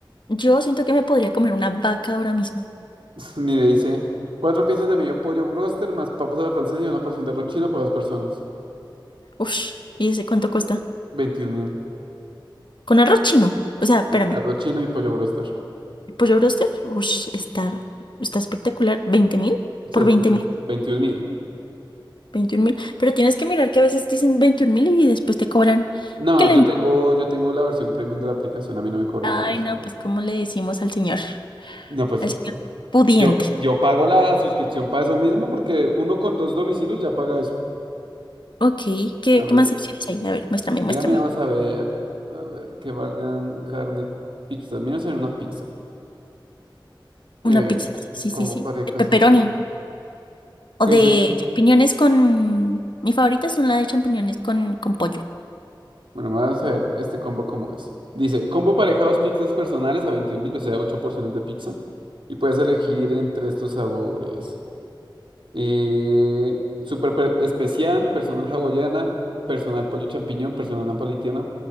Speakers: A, on the left (about 65°); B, on the right (about 75°).
A: Yo siento que me podría comer una vaca ahora mismo.
B: <laughs> Mire, dice, cuatro piezas de medio pollo broster más papas a la francesa y una porción de arroz chino para dos personas.
A: Ush, ¿y ese cuánto cuesta?
B: Veintiún mil. O
A: Con arroz chino. O sea, espérame.
B: arroz chino y pollo broster.
A: ¿El pollo bróster? Ush, está, está espectacular. veinte mil?
B: Se
A: ¿Por
B: escucha.
A: veinte mil?
B: Veintiún mil.
A: veintiún mil. Pero tienes que mirar que a veces dicen veintiún mil y después te cobran.
B: No,
A: que le...
B: yo tengo, yo tengo la versión premium de la aplicación, a mí no me cobran
A: Ay,
B: nada
A: no, pues ¿cómo le decimos al señor?
B: No, pues
A: Al señor pudiente.
B: yo, yo pago la suscripción para eso mismo porque uno con dos domicilios ya paga eso.
A: Ok, ¿qué,
B: A ver,
A: qué más opciones hay? A ver, muéstrame,
B: mira,
A: muéstrame.
B: mira, vamos a ver. A ver, que valgan carne, pizza. Mira, vamos a ver una pizza. Eh,
A: Una pizza, sí,
B: combo
A: sí, sí. sí.
B: parejas,
A: De pepperoni
B: a ver.
A: o
B: ¿Qué
A: de
B: dice?
A: champiñones con... Mi favorita son la de champiñones con, con pollo.
B: Bueno, vamos a ver este combo cómo es. Dice, combo pareja, dos pizzas personales a veintiún mil, o sea, ocho porciones de pizza. Y puedes elegir entre estos sabores. Eh, super per- especial, personal hawaiana, personal pollo champiñón, personal napolitana,